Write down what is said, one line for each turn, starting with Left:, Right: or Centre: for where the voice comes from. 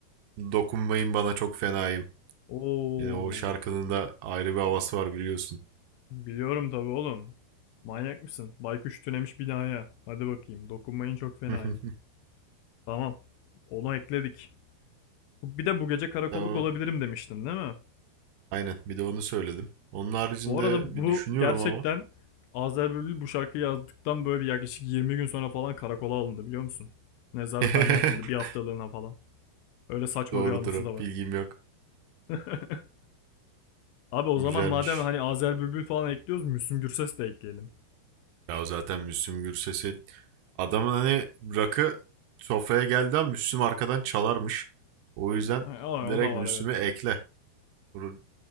Right: Dokunmayın bana çok fenayım.
Left: Oo,
Right: Yani o şarkının da ayrı bir havası var biliyorsun.
Left: biliyorum tabii oğlum. Manyak mısın? Baykuş tünemiş binaya. Hadi bakayım. Dokunmayın çok fenayım.
Right: <laughs>
Left: Tamam. Onu ekledik. Bir de bu gece karakolluk
Right: Tamam.
Left: olabilirim demiştin değil mi?
Right: Aynen bir de onu söyledim. Onun haricinde
Left: Bu arada bu
Right: bir düşünüyorum
Left: gerçekten
Right: ama.
Left: Azer Bülbül bu şarkıyı yazdıktan böyle bir yaklaşık 20 gün sonra falan karakola alındı biliyor musun? Nezarethaneye
Right: <laughs>
Left: atıldı bir haftalığına falan. Öyle saçma
Right: Doğrudur
Left: bir anısı da var.
Right: bilgim yok.
Left: <laughs> Abi o
Right: Güzelmiş.
Left: zaman madem hani Azer Bülbül falan ekliyoruz Müslüm Gürses de ekleyelim.
Right: Ya zaten Müslüm Gürses'i adamın hani rakı sofraya geldi ama Müslüm arkadan çalarmış. O yüzden
Left: aa,
Right: direkt
Left: o da var
Right: Müslüm'ü
Left: evet.
Right: ekle. Bu